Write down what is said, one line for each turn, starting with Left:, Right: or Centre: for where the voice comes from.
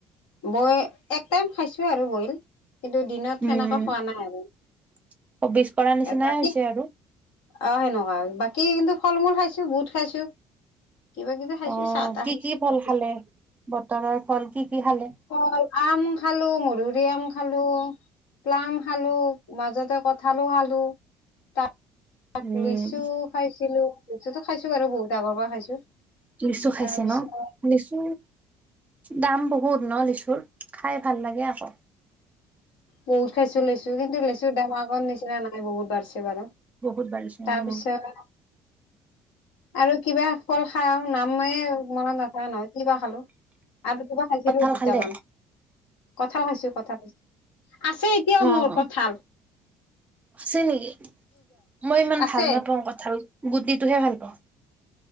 Left: বৈ এক টাইম খাইছো আৰু বইল কিন্তু দিনত
Right: উম,
Left: সেনেকা খোৱা নাই আৰু
Right: <unintelligible> কৰা নিচিনাই
Left: বাকী
Right: হৈছে আৰু।
Left: অ', সেনেকুৱা বাকী কিন্তু ফল মূল খাইছো বুত খাইছো। কিবা কিবি খাইচো
Right: অ',
Left: চাতা
Right: কি
Left: খায়চো
Right: কি ফল
Left: গাখিৰ
Right: খালে?
Left: চাখিৰ।
Right: বতৰৰ ফল কি কি খালে?
Left: ফল আম খালো মধুৰিআম খালো প্লাম খালো মাজতে কঠালো খালো। তাৰ পিচত
Right: উম,
Left: লিচু খাইছিলো লিচু খাইছো বাৰু বহুত আগৰ পৰা খাইছো।
Right: লিচু খাইছে
Left: তাৰ পিছত
Right: ন লিচু দাম বহুত ন লিচুৰ খাই ভাল লাগে আকৌ।
Left: বহুত খাইছো লেচু কিন্তু লেচু দাম আগৰ নিচিনা নাই বহুত বাঢ়ছে বাৰু।
Right: বহুত বাঢ়িচে
Left: তাৰ
Right: উম।
Left: পিছত আৰু কিবা কল খাওঁ নাম মে মনত নপৰে নহয় কিবা খালো। আৰুকিবা খাইছিলো
Right: কঁঠাল
Left: দুটামান।
Right: খালে
Left: কঁঠাল খাইছো কঁঠাল খাইছো আছে এতিয়াও
Right: অ'।
Left: মোৰ কঠাল।
Right: আছে নেকি মই ইমান
Left: আছে
Right: ভাল নাপাওঁ কঠাল গুটিটোহে ভাল পাওঁ।